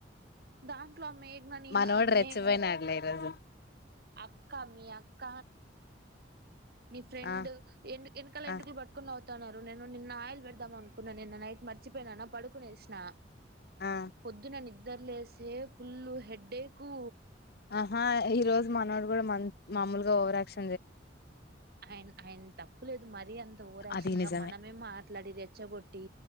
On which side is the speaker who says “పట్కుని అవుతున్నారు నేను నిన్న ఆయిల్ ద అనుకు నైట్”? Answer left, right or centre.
Right